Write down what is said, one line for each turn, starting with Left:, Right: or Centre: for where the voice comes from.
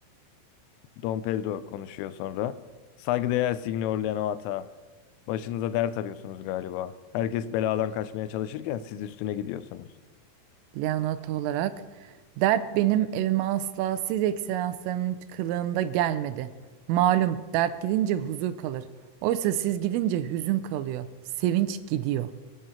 Left: Don Pedro konuşuyor sonra. Saygıdeğer Signor Leonata. Başınıza dert arıyorsunuz galiba. Herkes beladan kaçmaya çalışırken siz üstüne gidiyorsunuz.
Right: Leonata olarak. Dert benim evime asla siz ekselanslarımın kılığında gelmedi. Malum dert gidince huzur kalır. Oysa siz gidince hüzün kalıyor. Sevinç gidiyor.